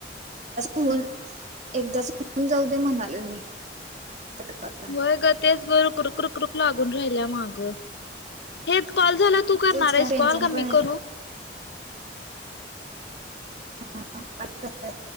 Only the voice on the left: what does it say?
हो ग तेच ग रुकु रुक रूक लागून राहिल्या माग. हेच कॉल झाल्याव तू करणार
हायस
कॉल का
मी करू?